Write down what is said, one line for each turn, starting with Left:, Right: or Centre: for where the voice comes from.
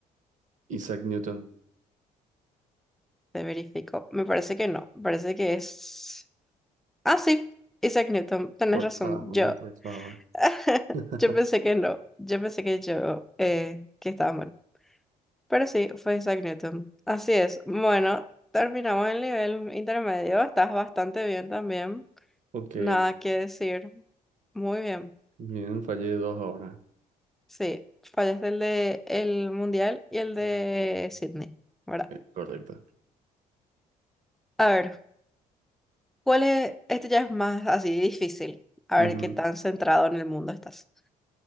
Right: Isaac Newton,
Centre: Te verifico. Me parece que no, me parece que es... Ah, sí, Isaac Newton, tenés
Right: por
Centre: razón.
Right: favor,
Centre: Yo,
Right: por favor.
Centre: <laughs>
Right: <laughs>
Centre: yo pensé que no, yo pensé que yo, eh, que estaba mal. Pero sí, fue Isaac Newton. Así es. Bueno, terminamos el nivel intermedio. Estás bastante bien también.
Right: Ok.
Centre: Nada que decir. Muy bien.
Right: Bien, fallé dos ahora.
Centre: Sí, fallaste el de el mundial y el de
Right: Ok,
Centre: Sydney, ¿verdad?
Right: correcto.
Centre: A ver, ¿cuál es? Este ya es más así difícil. A
Right: Ujú.
Centre: ver qué tan centrado en el mundo estás.